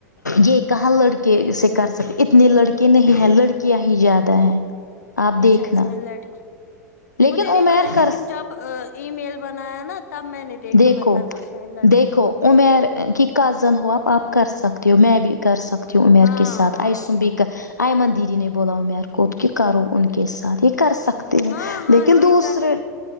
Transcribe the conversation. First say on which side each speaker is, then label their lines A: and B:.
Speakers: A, on the left; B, on the left.
A: یہ کہاں لڑکے سے کر سکتے اتنے لڑکے نہیں ہیں لڑکیاں ہی زیادہ ہیں آپ دیکھنا
B: اچھا اس میں لڑکی
A: لیکن
B: مجھے نہیں
A: عمیر
B: پتا ہے
A: کر
B: لیکن جب ا ای میل بنایا نا تب میں نے دیکھا
A: دیکھو
B: مطلب اس میں لڑکے
A: دیکھو عمیر کی کزن ہو آپ آپ کر سکتی ہو میں بھی کر سکتی ہوں عمیر
B: ہاں
A: کے ساتھ
B: ہاں
A: اس میں بھی آئمن دیدی نے بولا عمیر کو کہ کرو ان کے ساتھ ایک کر سکتے ہیں
B: ہاں ہاں
A: لیکن
B: یہ
A: دوسرے
B: کر